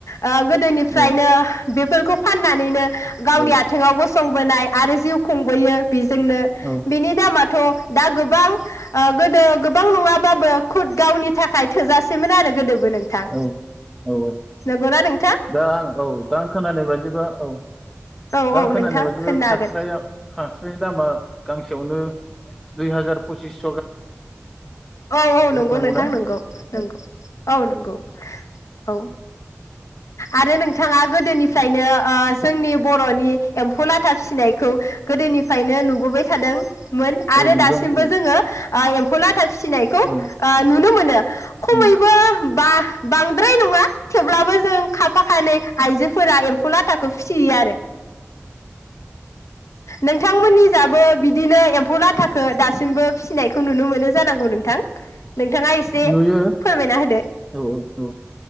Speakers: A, on the left (about 85°); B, in the centre.
A: ओ गोदोनिफ्रायनो
B: औ
A: बे बेफोरखौ फाननानैनो गावनि
B: औ
A: आथिङाव गसंबोनाय आरो जिउ खुंबोयो बिजोंनो
B: औ
A: बिनि दामाथ' दा गोबां ओ गोदो गोबां नङाबाबो खुद गावनि थाखाय थोजासेमोन आरो गोदोबो नोंथां
B: औ औ
A: नंगौना नों
B: दा आं औ दां खोनानाय बायदिबा औ
A: औ औ
B: दां खोनानाय
A: नोंथां
B: बायदिबो
A: होननो
B: फास्राया
A: हागोन
B: फास्रा गांसेयावनो दुइ हार पसिस
A: औ औ नंगौ
B: नंगौना
A: नोंथां नंगौ
B: औ
A: नंगौ
B: औ
A: औ नंगौ औ आरो नोंथाङा गोदोनिफ्रायनो ओ जोंनि बर'नि एम्फौ लाथा फिसिनायखौ गोदोनि निफ्रायनो नुबोबाय थादोंमोन आरो
B: नुदों
A: दासिमबो
B: औ
A: जोङो एम्फौ लाथा फिसिनायखौ
B: औ
A: आ नुनो मोनो खमैबो
B: औ
A: बा बांद्राय नङा थेवब्लाबो जों खाफा खानै आइजोफोरा एम्फौ लाथाखौ फिसियो आरो नोंथांमोननि जाबो बिदिनो एम्फौ लाथाखौ दासिमबो फिसिनायखौ नुनो मोनो जानांगौ नोंथां नोंथाङा एसे
B: नुयो
A: फोरमायना होदो
B: औ औ औ